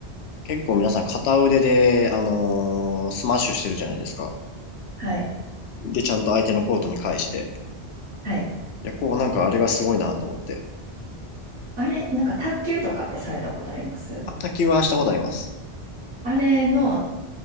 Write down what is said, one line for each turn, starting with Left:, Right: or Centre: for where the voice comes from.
Left: 結構皆さん片腕で、あのースマッシュしてるじゃないですか。
Right: はい。
Left: で、ちゃんと相手のコートに返して。
Right: はい。
Left: いや、こうなんかあれがすごいなと思って。
Right: あれ、なんか卓球とかってされたことあります
Left: あったはしたことあります。
Right: あれの